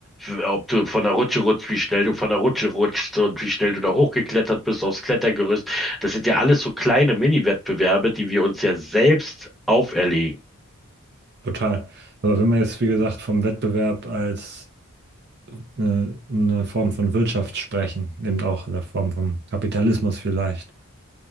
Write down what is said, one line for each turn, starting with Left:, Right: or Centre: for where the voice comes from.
Centre: w- ob du von der Rutsche rutschst, wie schnell du von der Rutsche rutschst und wie schnell du da hochgeklettert bist aufs Klettergerüst. Das sind ja alles so kleine Mini-Wettbewerbe, die wir uns ja selbst auferlegen.
Right: total. Aber wenn wir jetzt, wie gesagt, vom Wettbewerb als äh, eine Form von Wirtschaft sprechen, eben auch in der Form von Kapitalismus vielleicht,